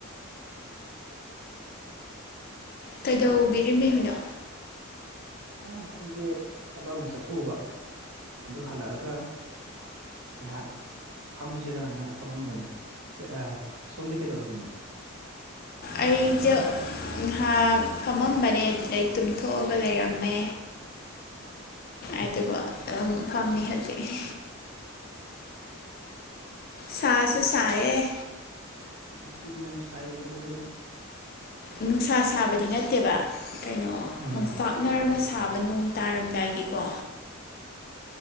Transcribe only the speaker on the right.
<inaudible>
ꯑ ꯑꯩꯖꯦ ꯊꯕꯛ ꯑꯃ ꯆꯠꯊꯣꯛꯎꯕ ꯑꯗꯨ ꯍꯜꯂꯛꯑꯒ ꯉꯥꯏꯍꯥꯛ ꯐꯝꯖꯤꯔꯅ ꯐꯝꯃꯝꯕꯅꯦ ꯑ ꯁꯣꯝꯗꯤ ꯀꯩꯗꯧꯔꯝꯃꯤꯅꯣ
<inaudible>
ꯉꯁꯤꯗꯤ ꯌꯥꯝ ꯁꯥꯏ ꯋꯦꯗ꯭ꯔꯖ‌ꯦ
ꯎꯝ